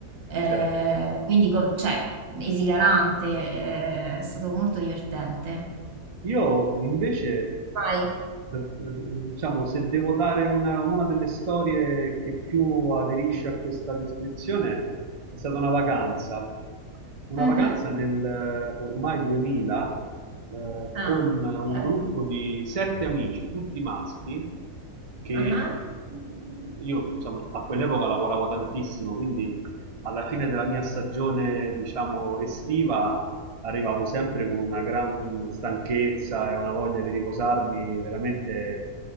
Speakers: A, on the right; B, on the right.
A: eh,
B: Certo.
A: quindi co- cioè, esilarante, eh, è stato molto divertente.
B: Io invece,
A: Vai.
B: d- d- diciamo, se devo dare una, una delle storie che più aderisce a questa descrizione, è stata una vacanza. Una
A: Mhm.
B: vacanza nel eh, ormai 2000, eh,
A: Ah,
B: con un
A: ok.
B: gruppo di sette amici, tutti maschi, che
A: Ah,
B: mh, io, diciamo, a quell'epoca lavoravo tantissimo, quindi alla fine della mia stagione, diciamo, estiva arrivavo sempre con una gran stanchezza e una voglia di riposarmi veramente